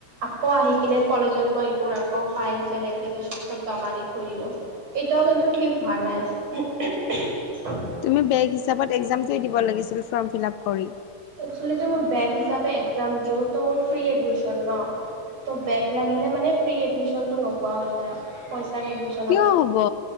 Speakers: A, on the right (about 55°); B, on the left (about 75°).
A: আকৌ আহি কিনে কলেজত মই এইবোৰ আকৌ ফাইলছ বেলেগ এপ্লিকেশন চব জমা দি থৈ দিলো। এতিয়াও কিন্তু ঠিক হোৱা নাই।
B: তুমি বেগ হিচাপত এক্সজামটোৱে দিব লাগিছিল ফৰ্ম ফিলাপ কৰি।
A: একচুৱেলিটো মই বেগ হিচাপে এক্সাম দিওঁ ত মোৰ ফ্ৰী এডমিশ্যন ন। ত' বেগ লাগিলে মানে ফ্ৰী এডমিশ্যনটো নোহোৱা হৈ যায় পইচাৰে এডমিশ্যন।
B: কিয় হব